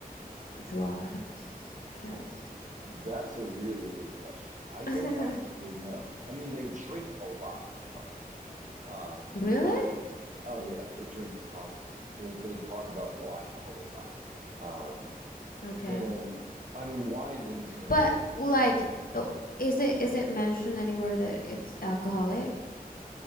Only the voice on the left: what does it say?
drugs? Because
<laughs>
Really?
Okay.
But
like, oh, is it is it mentioned anywhere that it's alcoholic?